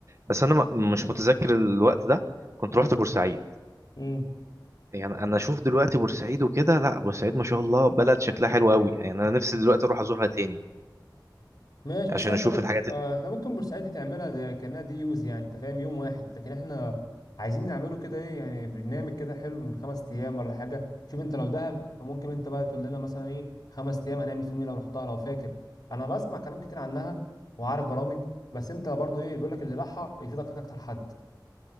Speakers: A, on the right (about 40°); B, on the left (about 55°).
A: بس انا م- مش متذكر الوقت ده كنت رحت بورسعيد
B: مم.
A: يعني انا اشوف دلوقتي بورسعيد وكده لا بورسعيد ما شاء الله بلد شكلها حلو قوي يعني انا نفسي دلوقتي اروح ازورها تاني
B: ماشي بس
A: عشان
B: احنا
A: اشوف
B: ممكن
A: الحاجات
B: آه،
A: اللي
B: احنا ممكن بورسعيد دي تعملها زي كانها دي يوز يعني انت فاهم يوم واحد لكن احنا عايزين نعمله كده ايه يعني برنامج كده حلو من خمس ايام ولا حاجه شوف انت لو دهب فممكن انت بقى تقول لنا مثلا ايه خمس ايام هنعمل فيهم ايه لو رحتها لو فاكر انا بسمع كلام كتير عنها وعارف برامج بس انت برضو ايه بيقول لك اللي راحها يفيدك اكتر حد